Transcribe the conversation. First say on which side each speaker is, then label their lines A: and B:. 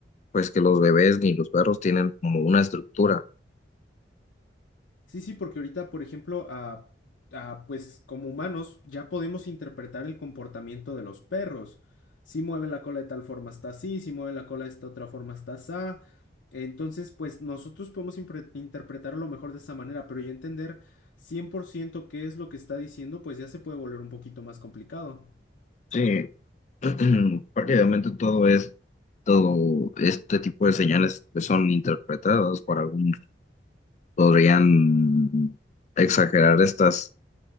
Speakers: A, on the left; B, on the left.
A: pues que los bebés ni los perros tienen como una estructura.
B: Sí, sí, porque ahorita, por ejemplo, a, a, pues como humanos ya podemos interpretar el comportamiento de los perros. Si mueve la cola de tal forma está así, si mueve la cola de esta otra forma está así. Entonces, pues nosotros podemos impre- interpretar a lo mejor de esa manera, pero ya entender 100% qué es lo que está diciendo, pues ya se puede volver un poquito más complicado.
A: Sí, <clears throat> Porque todo es, todo este tipo de señales que son interpretadas por algunos, podrían exagerar estas